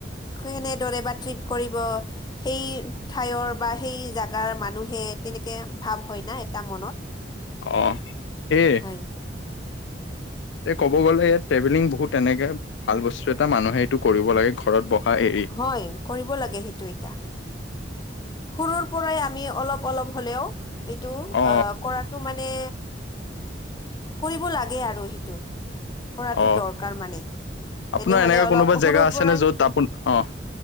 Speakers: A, on the left; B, on the left.
A: কেনে দৰে বা ট্ৰিট কৰিব সেই, ঠাইৰ বা সেই জাগাৰ মানুহে, তেনেকে ভাৱ হয় না এটা মনত।
B: অ', সেইয়ে।
A: হয়
B: এ ক'ব গ'লে ইয়াত ট্ৰেভেলিং বহুত এনেকে, ভাল বস্তু এটা মানুহে এইটো কৰিব লাগে, ঘৰত বহা এৰি।
A: হয়, কৰিব লাগে সেইটো এটা। সৰুৰ পৰাই আমি অলপ অলপ হ'লেও, এইটো
B: অ
A: আহ কৰাত টো মানে, কৰিব লাগে আৰু সেইটো। কৰাটো
B: অ
A: দৰকাৰ মানে।
B: আপোনাৰ
A: তেনেহলে
B: এনেকুৱা
A: অলপ
B: কোনোবা জেগা
A: সৰুৰ
B: আছে
A: পৰাই
B: নে য'ত আপোন অ',